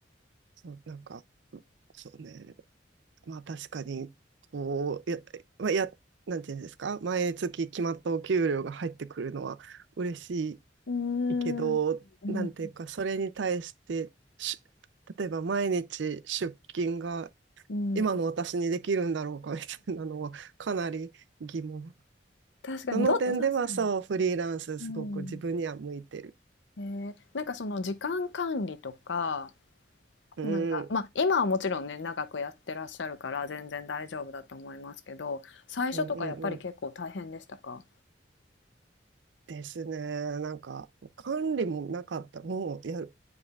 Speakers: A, on the right; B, on the left.
A: そう、なんか、そうね。まあ確かに、こう、や、まあ、や、なんていうんですか、毎月決まったお給料が入ってくるのは嬉し
B: うーん、
A: いいけど、
B: うん、
A: なんていうか、それに対してし、例えば毎日出勤が
B: うん、
A: 今の私にできるんだろうかみたいなのはかなり疑問。
B: 確かにど確かに。
A: その点ではそう、フリーランスすごく自分には向いてる。
B: うん、えー、なんかその時間管理とか、
A: うん、
B: なんか、
A: うん、
B: まあ、今はもちろんね、長くやってらっしゃるから全然大丈夫だと思いますけど、最初とかやっぱり結構大変でしたか
A: うん、うん。ですね。なんか、管理もなかった。もうやる、